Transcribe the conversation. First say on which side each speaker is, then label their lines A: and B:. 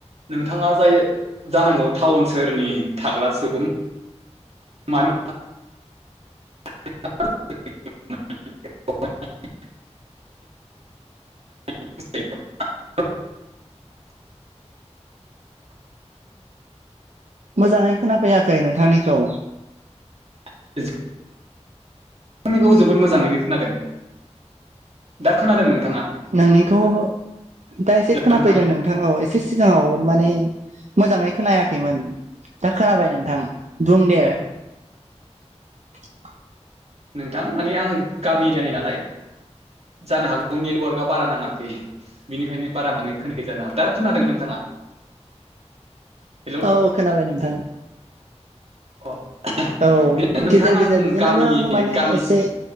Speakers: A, on the right; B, on the right.
A: नोंथाङा जाय जानांगौ थाउन सोहोरनि थाग्रा सुबुं। मानो। <unintelligible> <unintelligible>
B: मोजाङै खोनाफैयाखै नोंथांनिखौ।
A: <unintelligible> आंनिखौ जोबोद मोजाङैनो खोनादों दा खोनादों नोंथाङा?
B: नोंनिखौ दा एसे
A: हेलौ
B: खोनाफैदों
A: नोंथां
B: नों। नोंथाङाव एसे सिगाङाव माने मोजाङै खोनायाखैमोन दा खोनाबाय नोंथां। बुं
A: ए।
B: <unintelligible>
A: नोंथां माने आं गामि एरियानि नालाय। जानो हागौ नेटवार्कआ बारा नाङाखै। बिनिखनो बारा माने खोनाया जानो हागौ। दा खोनादों नोंथाङा? हेलौ
B: औ खोनाबाय नोंथां।
A: अ
B: औ
A: बे नोंथां
B: गेजेर गेजेर
A: आं
B: बिदिनोबो
A: गामि
B: माने
A: गामिसिम
B: एसे